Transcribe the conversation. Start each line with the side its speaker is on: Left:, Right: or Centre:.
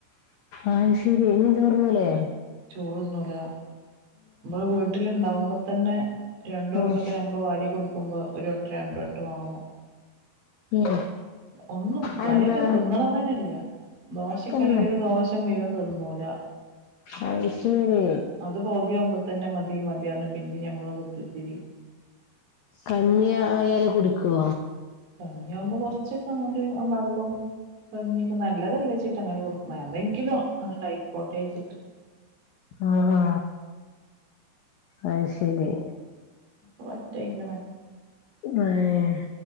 Left: അയ് ശെരി ഇഞ്ഞും ചോറ് തിന്നൂലേ
Right: ചോറ്ന്നൂലാ. ഇബള് വീട്ട്ല് ഇണ്ടാവുമ്പ തന്നെ രണ്ടുരുളൊക്കെ
Left: ആഹ്
Right: ഞമ്മള് വാരി കൊടുക്കുമ്പോ, ഒരുവട്ട്രം രണ്ട് വട്ടം വാങ്ങും
Left: ഉം
Right: ഒന്നും കാര്യായിട്ട്
Left: അതെന്താ
Right: തിന്നണംന്നെന്നെ ഇല്ല്യ ദോശക്കാണെങ്കിൽ
Left: തിന്ന്
Right: ഒരു ദോ ശ മുഴുവൻ തിന്നൂലാ.
Left: അഹ് ശെരി
Right: ഇത് പൗതി ആവുമ്പോ തന്നെ മതി മതി അർഞ്ഞ് പിന്നീം ഞമ്മള് കുത്തിത്തിരികി
Left: കഞ്ഞി ആ ആയാല് കുടിക്കോ
Right: കഞ്ഞിയാകുമ്പോ കൊർച്ചൊക്കെ ഇങ്ങണ്ട് ആ വള്ളം കഞ്ഞി ഒക്കെ നല്ലതല്ലേ ച്ചിട്ടാ അങ്ങനെ കൊട്ക്ക്‌ണഹ് അതെങ്കിലും അങ്ങട്ട് ആയ്ക്കോട്ടെ ച്ച്ട്ട്.
Left: ആണോ അയ് ശെരി
Right: ഇപ്പൊ പറ്റെ അയ്ക്ക്‌ണ്
Left: ഉം ഏഹ്